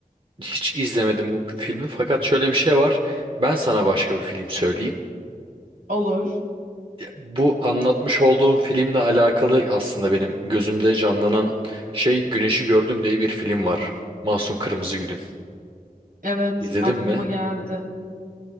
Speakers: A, on the right; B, on the right.
A: Hiç izlemedim bu filmi fakat şöyle bir şey var. Ben sana başka bir film söyleyeyim.
B: Olur.
A: Bu anlatmış olduğum filmle alakalı aslında benim gözümde canlanan şey Güneşi Gördüm diye bir film var. Mahsun Kırmızıgül'ün.
B: Evet,
A: İzledin
B: aklıma
A: mi?
B: geldi.